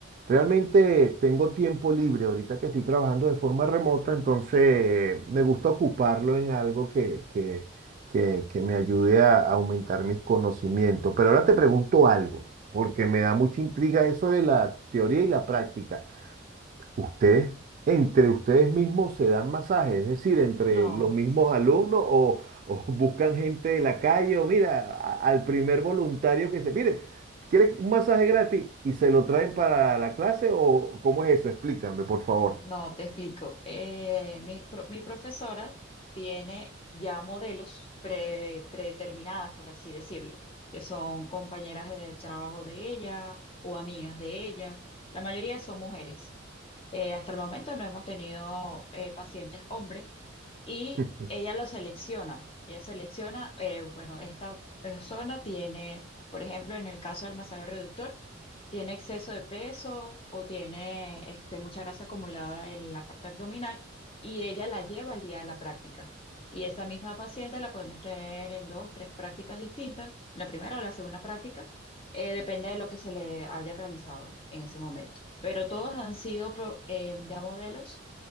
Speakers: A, on the right (about 40°); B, on the left (about 30°).
A: Realmente tengo tiempo libre ahorita que estoy trabajando de forma remota, entonces me gusta ocuparlo en algo que, que, que, que me ayude a aumentar mis conocimientos. Pero ahora te pregunto algo, porque me da mucha intriga eso de la teoría y la práctica. Ustedes, entre ustedes mismos se dan masajes, es decir, entre
B: no.
A: los mismos alumnos o, o <laughs> buscan gente de la calle o mira, a- al primer voluntario que se, mire, ¿quiere un masaje gratis y se lo traen para la clase o cómo es eso? Explícame, por favor.
B: No, te explico. Eh, mi, pro- mi profesora tiene ya modelos pre- predeterminadas, por así decirlo, que son compañeras de trabajo de ella o amigas de ella. La mayoría son mujeres. Eh, hasta el momento no hemos tenido eh, pacientes hombres y
A: <laughs>
B: ella lo selecciona. Ella selecciona, eh, bueno, esta persona tiene, por ejemplo, en el caso del masaje reductor, tiene exceso de peso o tiene este, mucha grasa acumulada en la parte abdominal y ella la lleva al día de la práctica. Y esa misma paciente la podemos tener en dos, tres prácticas distintas, la primera o la segunda práctica, eh, depende de lo que se le haya realizado en ese momento pero todos han sido pro- eh, ya modelos